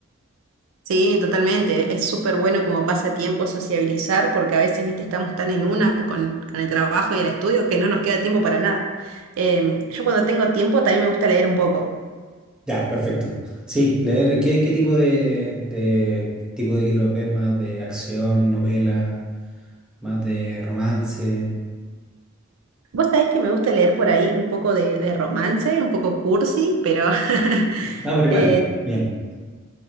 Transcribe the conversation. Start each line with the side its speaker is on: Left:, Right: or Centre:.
Right: Sí, totalmente, es súper bueno como pasatiempo sociabilizar porque a veces, viste, estamos tan en una con, con el trabajo y el estudio que no nos queda tiempo para nada. Em, yo cuando tengo tiempo también me gusta leer un poco.
Centre: Ya, perfecto. Sí, leer, ¿y ¿qué, qué tipo de, de tipo de libros ves? ¿Más de acción, novela, más de romance?
Right: Vos sabés que me gusta leer por ahí un poco de, de romance, un poco cursi, pero <laughs>
Centre: Ah, pero igual,
Right: eh,
Centre: bien.